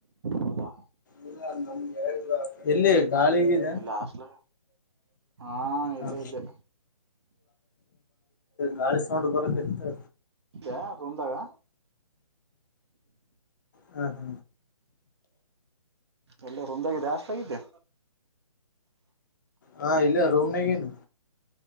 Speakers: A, on the right (about 45°); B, on the left (about 30°).
A: ಹೌದಾ
B: ಇಲ್ಲ ನಮ್ಗೆ ಹೇಳಿದ ಎಲ್ಲಿ ಗಾಳಿಗಿದೆ
A: ಇಲ್ಲ ಆಸ್ಲ ಹಾ
B: ಹ
A: ಇಲ್ಲ ಇದ್ದೆ
B: ಗಾಳಿ ಸೌಂಡ್ ಬರಕ್ ಇತ್ತು
A: ದ್ಯ ರೂಮದಾಗ
B: ಹ ಹ
A: ಎಲ್ಲ ರಂದಾಗ ಜಾಸ್ತಿ ಆಗಿದ್ದೆ
B: ಹಾ ಇಲ್ಲ ರೂಮ್ನಗಿನಿ